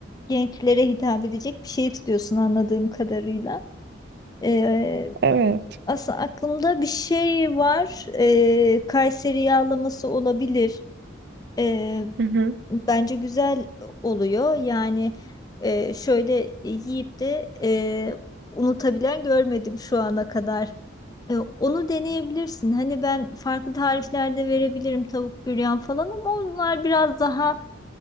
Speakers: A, on the left; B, on the right.
A: gençlere hitap edecek bir şey istiyorsun anladığım kadarıyla. E,
B: Evet.
A: aslında aklımda bir şey var. E, Kayseri yağlaması olabilir. E,
B: Hı hı.
A: bence güzel oluyor. Yani e, şöyle yiyip de e, unutabilen görmedim şu ana kadar. E, onu deneyebilirsin. Hani ben farklı tariflerde verebilirim tavuk büryan falan ama onlar biraz daha